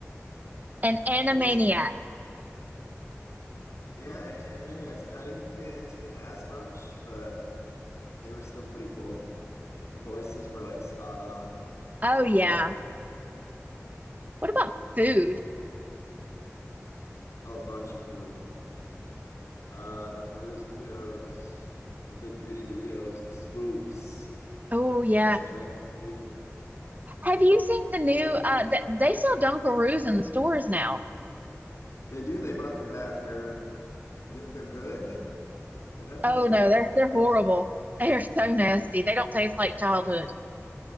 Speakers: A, on the right; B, on the left.
A: and Animaniacs.
B: Have you s- yeah, Animaniacs. I didn't get into them as much, but they were still pretty cool. The voices were like spot on
A: Oh
B: for
A: yeah.
B: all of them.
A: What about food?
B: A bunch of food. Uh, Dunkaroos, Kudos, the good 3D Doritos, the swoops,
A: Oh yeah.
B: lots of drinks too.
A: Have you seen the new uh th they sell Dunkaroos in the stores now.
B: They do. They brought them back. They're they're good. They're definitely
A: Oh no,
B: good.
A: they're they're
B: But
A: horrible. They are so nasty. They don't taste like childhood.